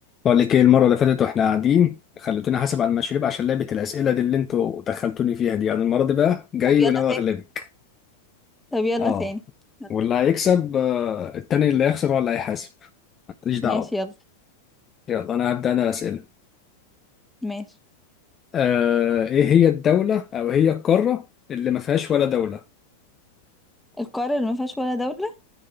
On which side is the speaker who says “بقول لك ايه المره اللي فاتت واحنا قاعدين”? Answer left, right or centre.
Left